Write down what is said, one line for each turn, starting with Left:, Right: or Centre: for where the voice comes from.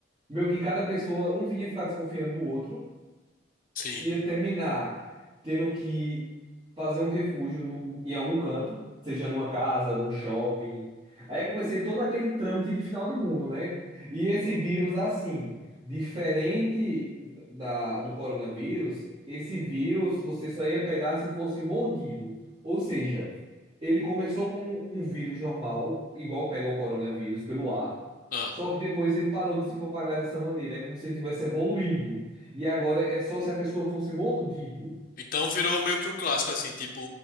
Right: Meio que cada pessoa, um ia ficar desconfiando do outro
Left: Sim.
Right: ia terminar tendo que fazer um refúgio no, em algum canto, seja numa casa, num shopping. Aí eu comecei todo aquele trâmite de final de mundo, né? E esse vírus, assim, diferente da, do coronavírus, esse vírus você só ia pegar se fosse mordido. Ou seja, ele começou como um um vírus normal, igual pega o coronavírus, pelo ar.
Left: Ah.
Right: Só que depois ele parou de se propagar dessa maneira, é como se ele tivesse evoluído. E agora é só se a pessoa fosse mordido.
Left: Então virou meio que o clássico, assim, tipo